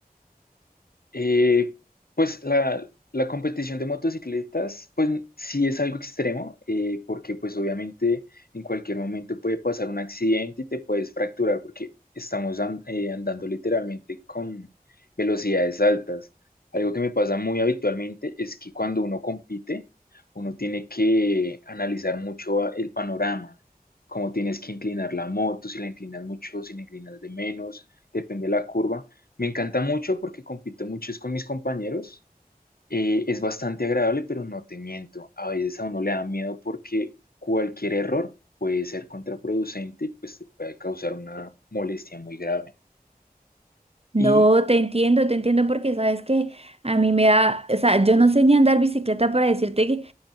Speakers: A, on the left (about 70°); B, on the right (about 40°).
A: Eh, pues la, la competición de motocicletas, pues sí es algo extremo, eh, porque pues obviamente en cualquier momento puede pasar un accidente y te puedes fracturar porque estamos an- eh, andando literalmente con velocidades altas. Algo que me pasa muy habitualmente es que cuando uno compite, uno tiene que analizar mucho a- el panorama, cómo tienes que inclinar la moto, si la inclinas mucho, si la inclinas de menos, depende de la curva me encanta mucho porque compito mucho es con mis compañeros. eh, es bastante agradable, pero no te miento. A veces a uno le da miedo porque cualquier error puede ser contraproducente, pues te puede causar una molestia muy grave.
B: No,
A: Y
B: te entiendo, te entiendo porque sabes que a mí me da, o sea, yo no sé ni andar bicicleta para decirte que